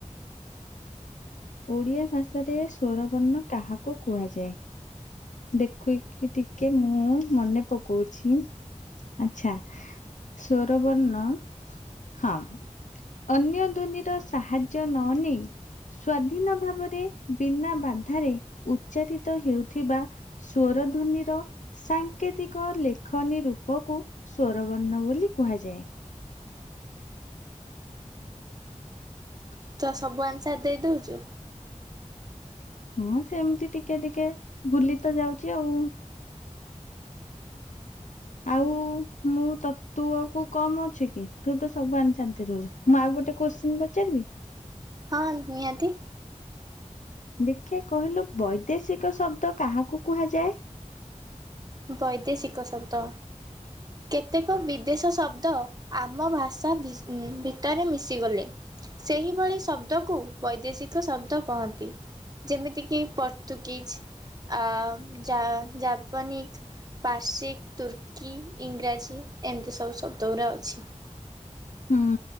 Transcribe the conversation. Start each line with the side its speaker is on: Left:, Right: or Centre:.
Left: ଓଡ଼ିଆ ଭାଷାରେ ସ୍ୱରବର୍ଣ୍ଣ କାହାକୁ କୁହାଯାଏ? ଦେଖେଇକି ଟିକେ ମୁଁ ମନେ ପକଉଛି ଆଛା। ସ୍ଵରବର୍ଣ୍ଣ ହଁ। ଅନ୍ୟ ଧ୍ୱନିର ସାହାଯ୍ୟ ନ ନେଇ ସ୍ଵାଧୀନ ଭାବରେ ବିନା ବାଧାରେ ଉଚ୍ଚାରିତ ହେଉଥିବା ସ୍ଵର ଧ୍ୱନିର ସାଙ୍କେତିକ ଲେଖନୀ ରୂପକୁ ସ୍ୱରବର୍ଣ୍ଣ ବୋଲି କୁହାଯାଏ। <inaudible>
Right: ତ ସବୁ ଆନ୍ସର ଦେଇଦଉଛୁ।
Left: ହଁ ସେମତି ଟିକେ ଟିକେ ଭୁଲି ତ ଯାଉଛି ଆଉ।
Right: <inaudible>
Left: ଆଉ ମୁଁ ତ ତୁ ଆଉ କମ ଅଛୁ କି ତୁ ତ ସବୁ ଏନ୍ସର ଦେଇ ମୁଁ ଆଉ ଗୋଟେ କୋଶ୍ଚେନ୍ ପଚାରିବି।
Right: ହଁ ନିହାତି।
Left: ଦେଖିବା କହିଲୁ ବୈଦେଶିକ ଶବ୍ଦ କାହାକୁ କୁହାଯାଏ?
Right: ବୈଦେଶିକ ଶବ୍ଦ କେତେକ ବି ଦେଶ ଶବ୍ଦ ଆମ ଭାଷା ଭିତରେ ମିଶିଗଲେ ସେହିଭଳି ଶବ୍ଦକୁ ବୈଦେଶିକ ଶବ୍ଦ କହନ୍ତି। ଯେମିତିକି ପର୍ତୁଗିଜ ଆ ଜା ଜାବନୀକ ପାର୍ସି ତୁର୍କୀ ଇଂରାଜୀ ଏମିତି ସବୁ ଶବ୍ଦ ଗୁଡ଼ା ଅଛି।
Left: ହୁଁ।